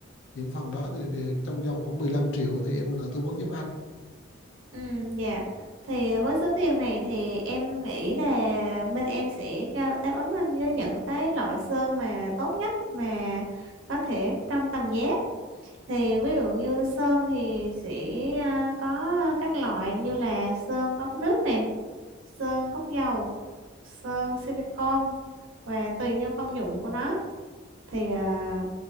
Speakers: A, on the left; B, on the right.
A: những phần đó thì, thì trong vòng khoảng 15 triệu thì em có thể tư vấn giúp anh
B: Ừ, dạ. Thì với số tiền này thì em nghĩ là bên em sẽ cao đáp ứng anh với những cái loại sơn mà tốt nhất mà có thể trong tầm giá. Thì ví dụ như sơn thì sẽ à, có các loại như là sơn gốc nước nè, sơn gốc dầu, sơn silicon và tùy theo công dụng của nó. Thì à,